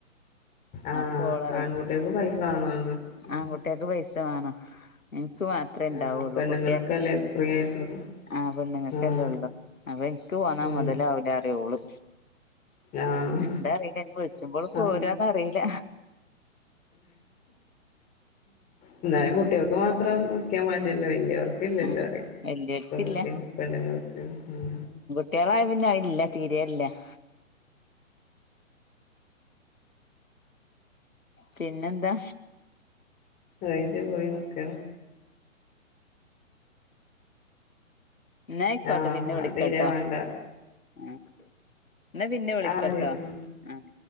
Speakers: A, on the left; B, on the left.
A: ആഹ്
B: അപ്പ ഓള്റയൂം
A: ആൺകുട്ടികൾക്ക് പൈസ വേണം തോന്നുന്നു ഉം
B: ആൺകുട്ട കുട്ടിയക്ക് പൈസ വേണോ എനിക്ക് മാത്രെ ഇണ്ടാവുള്ളൂ
A: ആഹ് പെണ്ണുങ്ങൾക്കല്ലേ
B: കുട്ടിയക്കെ
A: ഫ്രീ ആയിട്ടുള്ളൂ
B: ആഹ് പെണ്ണുങ്ങൾക്കല്ലേ
A: ആഹ്
B: ഉള്ളു അപ്പൊ ഇൻക്ക് പോന്നാ
A: ഉം
B: മുതലാവൂല അറിയും ഓള്
A: ആഹ്
B: എന്താ അറിയില്ല ഇ വിളിച്ച്പോള് പോരന്നറിയില്ല
A: ആഹ് എന്നാലും കുട്ടികൾക്ക് മാത്രം നോക്കിയാൽ മതിയല്ലോ വല്യ ഇല്ല്ല്ലാറിയും
B: ആ വല്യോർക്കില്ല
A: പെൺകുട്ടിയ പെണ്ണുങ്ങൾക്ക് ഉം
B: കുട്ട്യാളായ പിന്നെ അയില്ല തീരെല്ല <inaudible> പിന്നെന്താ
A: റേയ്ഞ്ച് പോയി നിക്കാണ്
B: ഇന്നായിക്കോട്ടെ
A: ആഹ്
B: പിന്നെ വിളിക്കാട്ടോ
A: അത് തീരെ വേണ്ട
B: ആഹ് എന്നാ പിന്നെ വിളിക്കട്ടോ
A: ആഹ്
B: ആഹ്